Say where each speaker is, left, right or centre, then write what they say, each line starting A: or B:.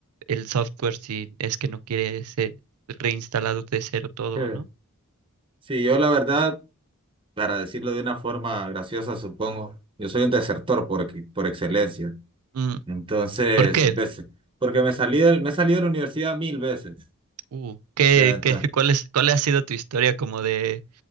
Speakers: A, on the right; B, on the right.
A: el software si es que no quiere ser reinstalado de cero todo,
B: Sí,
A: ¿no?
B: Sí, yo la verdad, para decirlo de una forma graciosa, supongo, yo soy un desertor por, ex- por excelencia.
A: Mm,
B: Entonces,
A: ¿Por qué?
B: veces, porque me salí del, me he salido de la universidad mil veces.
A: Uh, ¿qué,
B: O sea,
A: qué- cuál es, cuál ha sido tu historia como de